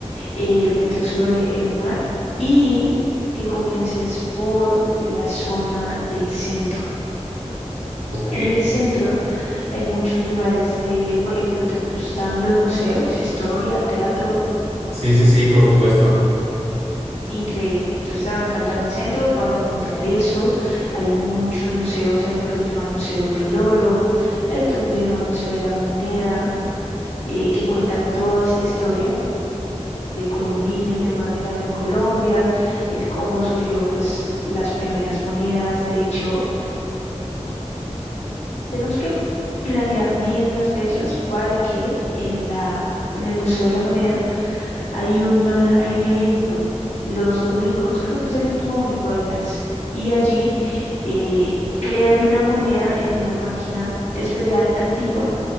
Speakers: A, on the left; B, on the right.
A: eh, metros sobre el mar. Y que comiences por la zona del centro.
B: Ok.
A: En el centro hay muchos lugares de, por ejemplo, te gustan los museos, historia, teatro,
B: Sí, sí, sí, por supuesto.
A: increíble. Entonces te va a encantar el centro, vas a encontrar eso. Hay muchos museos, hay uno que se llama el Museo del Oro, hay otro que se llama el Museo de la Moneda, eh, que cuentan toda esta historia precolombina y demás de la Gran Colombia, el cómo surgió pues las primeras monedas. De hecho, Tenemos que planear bien las fechas para que en la, en el Museo de la Moneda hay una, hay un evento los domingos, creo que es el último domingo del mes, y allí eh, crean una moneda en una máquina especial antigua